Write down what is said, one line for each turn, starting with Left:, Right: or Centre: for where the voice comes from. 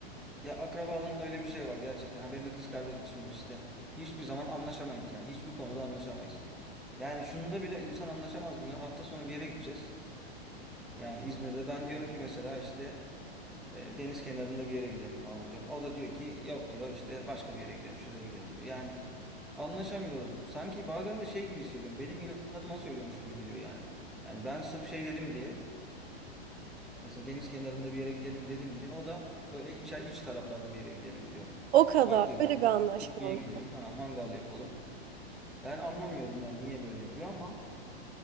Centre: Ya akrabalığın öyle bir şey var gerçekten. Ha, benim de kız kardeşim var işte. Hiçbir zaman anlaşamayız yani. Hiçbir konuda anlaşamayız. Yani şunda bile insan anlaşamaz mı ya? Hafta sonu bir yere gideceğiz. Yani İzmir'de ben diyorum ki mesela işte e, deniz kenarında bir yere gidelim falan diyorum. O da diyor ki yok diyor işte başka bir yere gidelim şuraya gidelim diyor. Yani anlaşamıyoruz. Sanki bazen de şey gibi hissediyorum. Benim inadıma söylüyormuş gibi geliyor yani. Yani ben sırf şey dedim diye. Mesela deniz kenarında bir yere gidelim dedim diye. O da böyle iç, iç taraflarda bir yere gidelim diyor.
Right: O kadar.
Centre: Parka gidelim,
Right: Öyle bir anlaşmalı.
Centre: pikniğe gidelim, ha mangal yapalım. Ben anlamıyorum yani niye böyle yapıyor ama